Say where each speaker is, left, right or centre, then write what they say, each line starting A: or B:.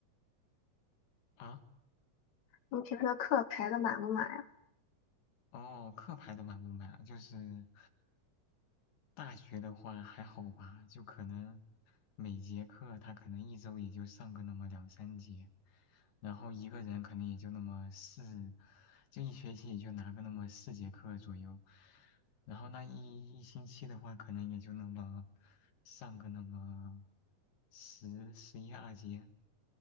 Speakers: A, on the left; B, on the left.
A: 啊。
B: 你们平时的课排的满不满呀？
A: 哦，课排的满不满啊？就是大学的话还好吧，就可能每节课他可能一周也就上个那么两三节，然后一个人可能也就那么四，就一学期也就拿个那么四节课左右，然后那一一星期的话，可能也就那么上个那么十十一二节，